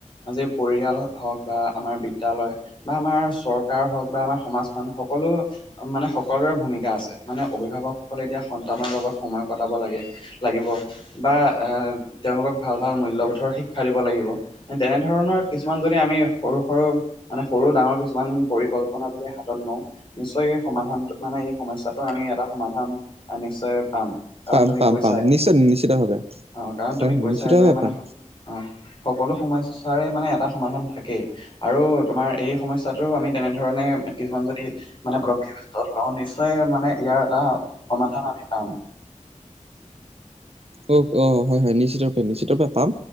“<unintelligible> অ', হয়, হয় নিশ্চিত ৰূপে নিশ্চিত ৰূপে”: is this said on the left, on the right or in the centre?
Right